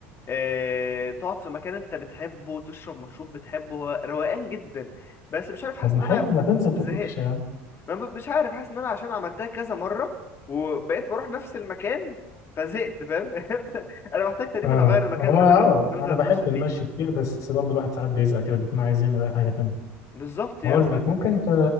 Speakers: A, on the left (about 35°); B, on the left (about 55°).
A: اه تقعد في مكان انت بتحبه وتشرب مشروب بتحبه هو روقان جدا بس مش عارف حاسس
B: طب ما
A: ان
B: حلو
A: انا
B: ما تنزل تتمشى
A: زهقت
B: يا عم
A: ما ب- مش عارف حاسس ان انا عشان عملتها كذا مره وبقيت بروح نفس المكان فزهقت فاهم <laughs> انا محتاج تقريبا
B: اه
A: اغير المكان
B: هو
A: اللي
B: اه
A: انا بن- بنزل
B: انا
A: اتمشى
B: بحب المشي
A: فيه
B: كتير بس برضه الواحد ساعات بيزهق كده بيكون عايز يعمل اي حاجه تانية
A: بالظبط
B: اقول
A: يعني مثلا
B: لك ممكن انت